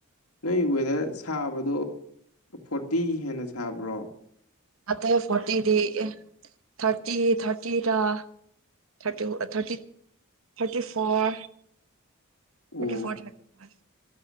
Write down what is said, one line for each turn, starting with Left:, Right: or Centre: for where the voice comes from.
Left: ꯅꯣꯏ ꯋꯦꯗꯔ ꯁꯥꯕꯗꯣ ꯐꯣꯔꯇꯤ ꯍꯦꯟꯅ ꯁꯥꯕ꯭ꯔꯣ
Right: ꯉ ꯐꯣꯔꯇꯤꯗꯤ thirty thirty thirty thirty thirty four
Left: ꯑꯣ
Right: ꯊ ꯐ ꯊ ꯐ